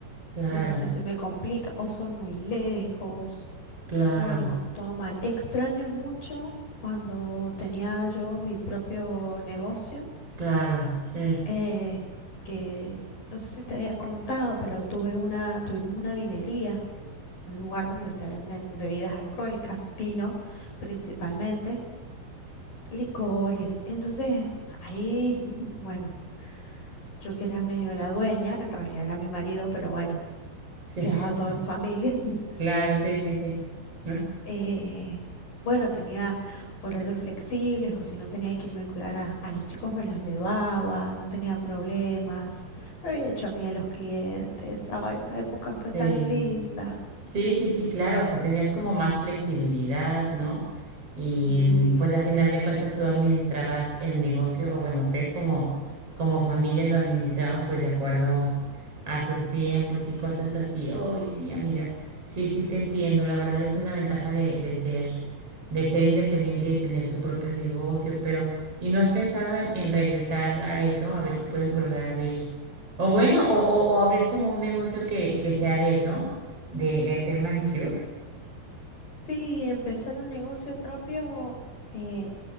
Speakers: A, on the right; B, on the left.
A: Claro,
B: entonces se me complica o son muy lejos.
A: claro,
B: No, no, todo mal. Extraño mucho cuando tenía yo mi propio negocio,
A: claro, sí,
B: eh, que no sé si te había contado, pero tuve una, tuvimos una vinería, un lugar donde se venden bebidas alcohólicas, vino principalmente, licores. Entonces, ahí, bueno. yo que era medio la dueña, en realidad era mi marido, pero bueno,
A: sí,
B: quedaba
A: <laughs>
B: todo en familia. <laughs>
A: claro, sí, sí, sí, ¿no?
B: Eh, bueno, tenía horarios flexibles o si no tenía que irme a cuidar a, a los chicos me los llevaba, no tenía problemas, me había hecho amiga de los clientes, ay, esa época fue
A: Sí.
B: tan linda.
A: Sí, sí, sí, claro, o sea, tenías como más flexibilidad, ¿no? Y
B: Sí,
A: mm, pues a final de cuentas tú administrabas el negocio, o bueno, ustedes como, como familia lo administraban pues de acuerdo a sus tiempos y cosas así. Ay, sí, amiga, sí, sí te entiendo, la verdad es una ventaja de, de ser, de ser independiente y de tener su propio negocio, pero ¿y no has pensado en, en regresar a eso? A ver si puedes volver a abrir, o bueno, o, o, o abrir como un negocio que, que sea de eso de, de hacer manicure.
B: Sí, empezar un negocio propio eh,